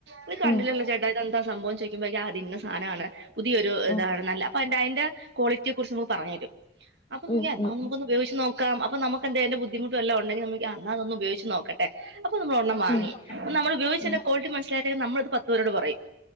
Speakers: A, on the right; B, on the left.
A: ഇത് കണ്ടിലല്ലോ
B: ഉം
A: ചേട്ടാ? ഇത് എന്താ സംഭവം? ചോയിക്കുമ്പക്കും അത് ഇന്ന സാനാണ് പുതിയൊരു
B: ഉം
A: ഇതാണ് നല്ല അപ്പ അയ്‌ന്റെ അയിന്റെ ക്വാളിറ്റിയെ കുറിച്ച് നമുക്ക് പറഞ്ഞരും. അപ്പൊമ്മക്ക്
B: ഉം ഉം
A: ഒന്ന് ഉപയോഗ്ച്ച് നോക്കാം. അപ്പ നമുക്ക് എന്തേല അതിന്റെ ബുദ്ധിമുട്ട് വല്ലോം ഒണ്ടെങ്കി നമുക്കേ ഇന്നാ അതൊന്ന് ഉപയോഗിച്ച് നോക്കട്ടെ അപ്പ നമ്മള് ഒരണ്ണം വാങ്ങി
B: ഉം
A: നമ്മള് ഉപയോഗിച്ചതിന്റെ
B: ഉം
A: ക്വാളിറ്റി മനസിലായിട്ട് നമ്മളത് പത്ത് പേരോട് പറയും